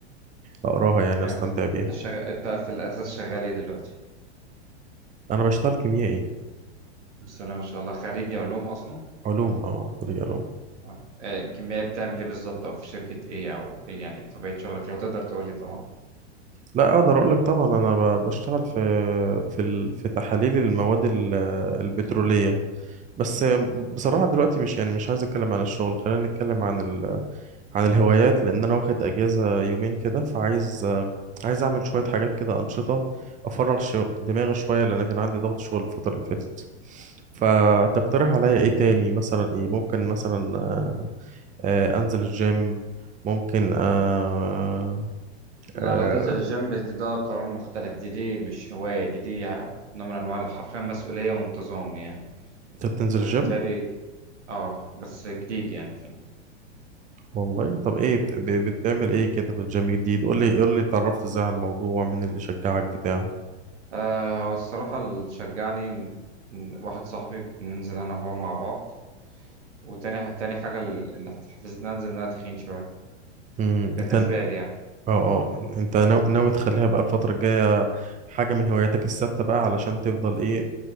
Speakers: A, on the right; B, on the right.
A: أقراها يعني وأستمتع
B: ايوه مصر.
A: بيها
B: انت شغ... انت في الاساس شغال ايه دلوقتي
A: أنا بشتغل كيميائي
B: بسم الله ما شاء الله خريج علوم اصلا
A: علوم أه خريج علوم
B: اه آه، كيميائي بتعمل ايه بالظبط او في شركة ايه او ايه يعني طبيعة شغلك لو تقدر تقول لي طبعا
A: لا أقدر أقول لك طبعا أنا ب- بشتغل في في ال- في تحاليل المواد ال- البترولية بس آم، بصراحة دلوقتي مش يعني مش عايز أتكلم عن الشغل خلينا نتكلم عن عن الهوايات لان انا واخد اجازه يومين كده فعايز آه، عايز اعمل شويه حاجات كده انشطه افرغ شو- دماغي شويه لان كان عندي ضغط شغل الفتره اللي فاتت فتقترح عليا ايه تاني مثلا ايه ممكن مثلا آه، انزل الجيم ممكن آه،
B: لا
A: آه،
B: لا هتنزل الجيم دي ده قرار مختلف دي دي مش هواية دي دي نوع من انواع حرفيا مسؤولية وانتظام يعني
A: انت بتنزل
B: فبالتالي
A: الجيم
B: اه بس جديد يعني فيه
A: والله طب ايه بت- ب-
B: يعني
A: بتعمل ايه كده في الجيم جديد قول لي قول لي اتعرفت ازاي على الموضوع مين اللي شجعك بتاع
B: آه هو الصراحة اللي شجعني إن- إن واحد صاحبي بننزل انا وهو مع بعض وتاني تاني حاجة اللي حفزتني انزل ان انا تخين شوية
A: مم،
B: بالنسبة
A: انت اه
B: لي يعني
A: اه انت ناو- ناوي تخليها بقى الفترة الجاية حاجة من هواياتك الثابتة بقى علشان تفضل ايه